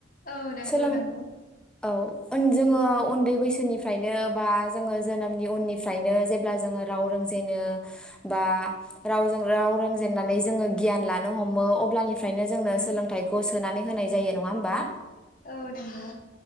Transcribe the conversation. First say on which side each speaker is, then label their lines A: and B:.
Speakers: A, on the left; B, in the centre.
A: औ नंगौ
B: सोलों
A: नंगौ।
B: औ जोङो उन्दै बैसोनिफ्रायनो बा जोङो जोनोमनि उननिफ्रायनो जेब्ला जोङो राव रोंजेनो बा रावजों राव रोंजेननानै जोङो गियान लानो हमो अब्लानिफ्रायनो जोंनो सोलोंथाइखौ सोनानै होनाय जायो नङा होमबा।
A: औ नंगौ।